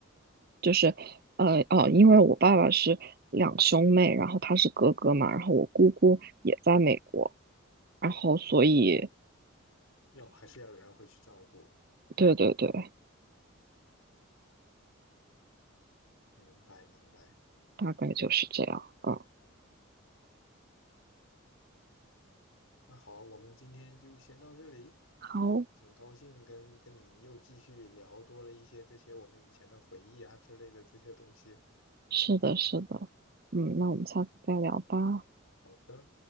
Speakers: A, on the right; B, on the left.
A: 就是呃哦，因为我爸爸是两兄妹，然后他是哥哥嘛，然后我姑姑也在美国。然后所以
B: 哦，要还是要有人会去照顾。
A: 对对对，
B: 明白明白。
A: 大概就是这样。嗯，
B: 那好啊我们今天就先到这里。
A: 好，
B: 很高兴跟跟你又继续聊多了一些这些我们以前的回忆啊之类的这些东西。
A: 是的，是的。嗯，那我们下次再聊吧。
B: 好的。